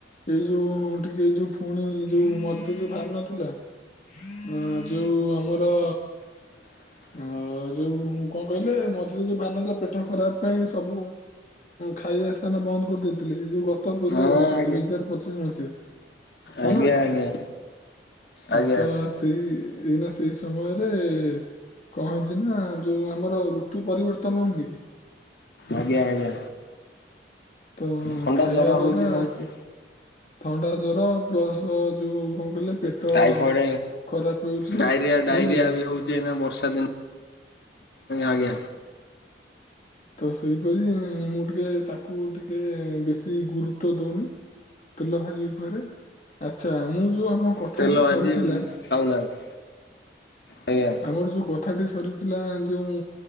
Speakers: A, on the left (about 40°); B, on the left (about 60°).
A: ଏଇ ଯୋଉ ଟିକେ ଏଇ ଯୋଉ ଫୁଣି ଯୋଉ ମଝିରେ ଯୋଉ ଭାରିନଥିଲା ଅ ଯୋଉ ଆମର
B: ହ <inaudible>
A: ଆ ଯୋଉ କଣ କହିଲେ ମଝିରେ ଯୋଉ ଭାରିନଥିଲା ପେଟ ଖରାପ ପାଇଁ ସବୁ ଖାଇ ଦୋକାନ ବନ୍ଦ କରିଦେଇଥିଲେ ଏ ଯୋଉ ଗ ତ ପୂର୍ବ
B: ହଁ
A: ବର୍ଷ
B: ଆଜ୍ଞା
A: ଦୁଇ ହଜାର ପଚିଶ ମସିହାରେ
B: ଆଜ୍ଞା
A: ମନ ଅଛି
B: ଆଜ୍ଞା।
A: ନା?
B: ଆଜ୍ଞା।
A: ଆ ତ ସେଇ ଏଇ ନା ସେଇ ସମୟରେ କଣ ହେଇଛି ନା ଯୋଉ ଆମର ଋତୁ ପରିବର ତନ ହଉନି କି
B: ଆଜ୍ଞା ଆଜ୍ଞା।
A: ତ
B: ଥଣ୍ଡା
A: ଖାଇବା
B: ଜର
A: ଦ୍ଵାରା
B: ହଉଛି ସମସ୍ତେ।
A: ଥଣ୍ଡା ଜ୍ବର ବୟସ ଯୋଉ କଣ କହିଲେ ପେଟ
B: ଟାଇଫଏଡ
A: ଖରାପ ହଉଚି
B: ଡାଇରିଆ ଡାଇରିଆ
A: ବୁଝିଲେ କି?
B: ବି ହଉଛି ବର୍ଷା ଦିନ
A: ହ <inaudible>
B: ଆଜ୍ଞା।
A: ତ ସେଇପରି ମୁଁ ଟିକେ ତାକୁ ଟିକେ ବେଶୀ ଗୁରୁତ୍ବ ଦଉନି। ତେଲ ଭାଜି ଉପରେ ଆଚ୍ଛା ମୁଁ ଯୋଉ ଆମ କଥାଟି
B: ତେଲ ଭାଜି
A: ସରିଥିଲା
B: ଖାଉନାହାନ୍ତି ଆଜ୍ଞା
A: ଆମର ଯୋଉ କଥାଟି ସରିଥିଲା ଯୋଉ